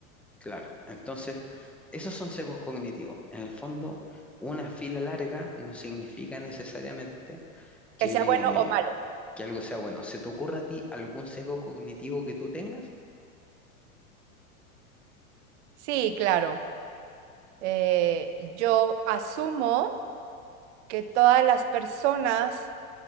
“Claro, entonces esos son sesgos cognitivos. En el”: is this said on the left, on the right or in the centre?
Centre